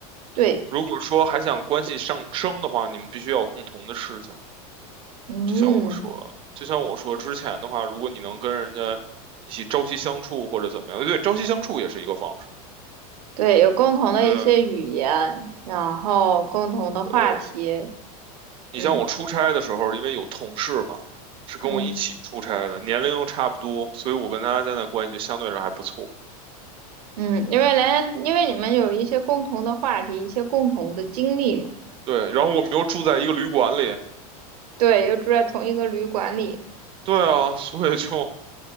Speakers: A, on the right; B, on the right.
A: 对，
B: 如果说还想关系上升的话，你们必须要有共同的事情。
A: 嗯
B: 就像我说，就像我说之前的话，如果你能跟人家一起朝夕相处或者怎么样，对，朝夕相处也是一个方式。
A: 对，有共同的一些语言，
B: 对啊，
A: 然后共同的话题。
B: 呃，你像我出差的时候，
A: 嗯。
B: 因为有同事嘛，是跟我一起出差的，
A: 嗯，
B: 年龄又差不多，所以我跟他现在关系就相对上还不错。
A: 嗯，因为连因为你们有一些共同的话题，一些共同的经历嘛，
B: 对，然后我们又住在一个旅馆里，
A: 对，又住在同一个旅馆里，
B: 对啊，所以就